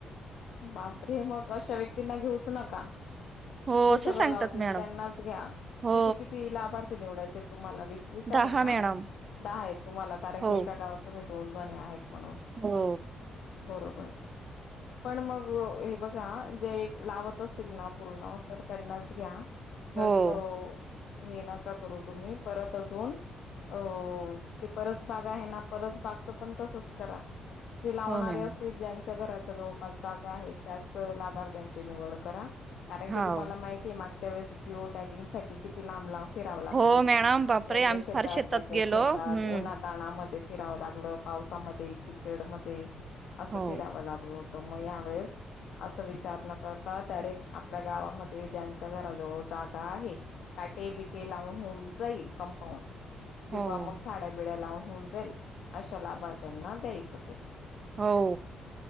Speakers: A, on the left; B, on the right.
A: बापरे मग अशा व्यक्तींना घेऊच नका.
B: हो
A: जे
B: असं
A: सगळं
B: सांगतात
A: लावतील
B: मॅडम
A: त्यांनाच घ्या
B: हो
A: किती किती लाभा र्थी निवडायचे तुम्हाला वीस वीस आहेत
B: दहा
A: ना
B: मॅडम
A: दहा आहेत तुम्हाला कारण
B: हो
A: की एका गावात तुम्ही दोन जणी आहेत म्हणून
B: हो
A: बरोबर पण मग हे बघा जे लावत असतील ना पूर्ण तर त्यांनाच घ्या. जास्त
B: हो.
A: हे नका करू तुम्ही परत अजून अ ते परस बाग आहे ना परस बागच पण तसच करा जे लावणारे
B: हो मॅम
A: असते ज्यांच्या घराच्या जव जवळ पास जागा आहे त्याच लाभार्थ्यांची निवड करा कारण
B: हाव.
A: की तुम्हाला माहितीय मा च्या वळेस जिओ टॅगिंगसाठी किती लांब लांब फिरावं लागल
B: हो
A: होतं.
B: मॅडम बापरे
A: याच्या
B: आम्ही
A: शेतात,
B: फार
A: त्याच्या
B: गेलो
A: शेतात
B: हम्म.
A: उन्हाताणामध्ये फिरावं लागलं पावसामध्ये किचड मध्ये अस
B: हो
A: फिराव लागलं. त म ह्या वेळेस असं विचार न करता डायरेक्ट आपल्या गावामध्ये ज्यांच्या घराजवळ जागा आहे. पाटे बिटे लावून होऊन जाईल कंपाऊंड किंवा
B: हो.
A: मग साड्या बिड्या लावून होऊन जाईल अशा लाभार्थ्यांना द्यायचं ते.
B: हो.